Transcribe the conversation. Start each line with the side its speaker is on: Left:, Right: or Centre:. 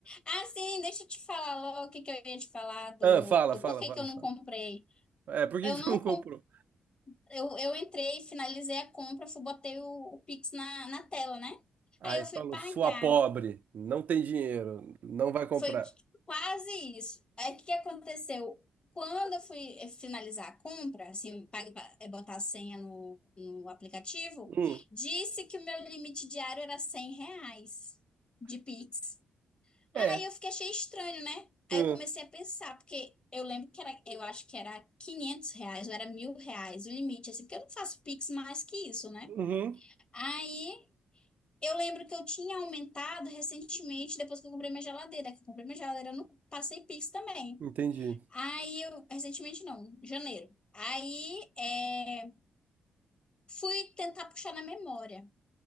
Left: Ah, sim, deixa eu te falar logo o que que eu ia te falar do,
Right: Ah, fala,
Left: do
Right: fala,
Left: porquê
Right: fala,
Left: que eu não
Right: fala.
Left: comprei.
Right: É, por que
Left: Eu
Right: que você
Left: não
Right: não comprou?
Left: com- eu, eu entrei, finalizei a compra, fui, botei o, o Pix na, na tela, né?
Right: Aí
Left: Aí eu fui
Right: falou,
Left: pagar.
Right: sua pobre, não tem dinheiro, não vai comprar.
Left: Foi quase isso. Aí o que que aconteceu? Quando eu fui eh, finalizar a compra, assim, eu paguei pra, eh, botar a senha no, no aplicativo,
Right: Hum,
Left: disse que o meu limite diário era 100 reais de Pix.
Right: é.
Left: Aí eu fiquei achei estranho, né? Aí
Right: hum,
Left: eu comecei a pensar, porque eu lembro que era, eu acho que era 500 reais, ou era mil reais o limite, assim, porque eu não faço Pix mais que isso, né?
Right: uhum,
Left: Aí eu lembro que eu tinha aumentado recentemente, depois que eu comprei minha geladeira, que eu comprei minha geladeira no Passei Pix também.
Right: entendi.
Left: Aí eu, recentemente não, janeiro. Aí é, fui tentar puxar na memória.